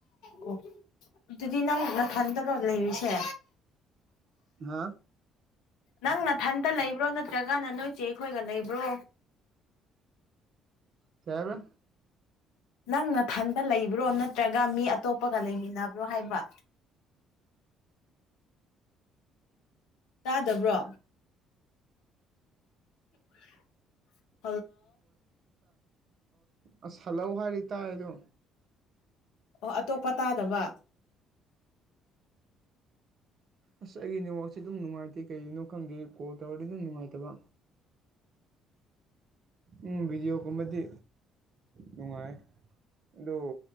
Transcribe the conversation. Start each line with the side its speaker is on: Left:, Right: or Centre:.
Left: ꯑꯣ ꯗꯨꯗꯤ ꯅꯪ ꯅꯊꯟꯗꯔꯣ ꯂꯩꯔꯤꯁꯦ꯫
Right: ꯍꯥ
Left: ꯅꯪ ꯅꯊꯟꯇ ꯂꯩꯕ꯭ꯔꯣ ꯅꯠꯇ꯭ꯔꯒꯅ ꯅꯣꯏꯆꯦ ꯑꯩꯈꯣꯏꯒ ꯂꯩꯕ꯭ꯔꯣ?
Right: ꯀꯩꯍꯕꯥ
Left: ꯅꯪ ꯅꯊꯟꯗ ꯂꯩꯕ꯭ꯔꯣ ꯅꯠꯇ꯭ꯔꯒ ꯃꯤ ꯑꯇꯣꯞꯄꯒ ꯂꯩꯃꯤꯟꯅꯕ꯭ꯔꯣ ꯍꯥꯏꯕ ꯇꯥꯗꯕ꯭ꯔꯣ <inaudible>
Right: ꯑꯁ ꯍꯥꯂꯧ ꯍꯥꯏꯗꯤ ꯇꯥꯏ ꯑꯗꯣ
Left: ꯑꯣ ꯑꯇꯣꯞꯄ ꯇꯥꯗꯕ
Right: ꯑꯁ ꯑꯩꯒꯤ ꯅꯦꯠꯋꯥꯛꯁꯦ ꯑꯗꯨꯝ ꯅꯨꯡꯉꯥꯏꯇꯦ ꯀꯩꯒꯤꯅꯣ ꯈꯪꯗꯦ ꯀꯣꯜ ꯇꯧꯔꯗꯤ ꯑꯗꯨꯝ ꯅꯨꯡꯉꯥꯏꯇꯕ ꯎꯝ ꯕꯤꯗꯤꯑꯣ ꯀꯨꯝꯕꯗꯤ ꯅꯨꯡꯉꯥꯏ ꯑꯗꯨ